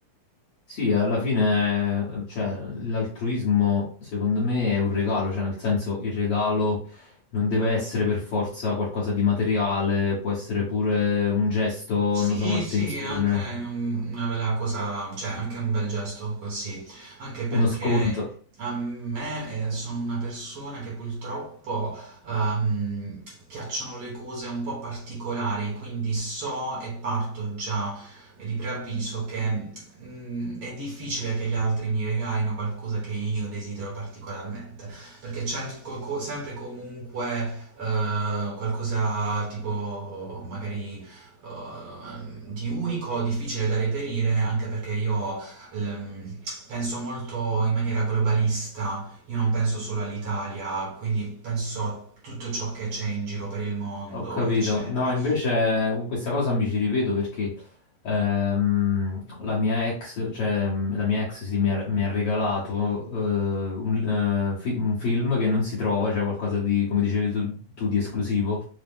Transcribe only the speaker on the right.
Sì,
sì, è anche un- una bella cosa, cioè anche un bel gesto così, anche perché
a me eh, sono una persona che purtroppo ehm, piacciono le cose un po' particolari, quindi so e parto già di preavviso che mm, è difficile che gli altri mi regalino qualcosa che io desidero particolarmente, perché c'è co- co- sempre comunque eh, qualcosa tipo magari ehm, di unico, difficile da reperire, anche perché io ehm, penso molto in maniera globalista, io non penso solo all'Italia, quindi penso a tutto ciò che c'è in giro per il mondo,
eccetera.